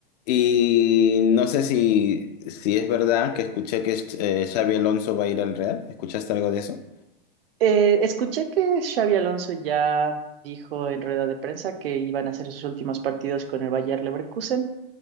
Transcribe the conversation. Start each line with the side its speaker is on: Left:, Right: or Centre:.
Left: y no sé si, si es verdad que escuché que eh, Xavi Alonso va a ir al Real. ¿Escuchaste algo de eso?
Right: Eh, escuché que Xavi Alonso ya dijo en rueda de prensa que iban a hacer sus últimos partidos con el Bayer Leverkusen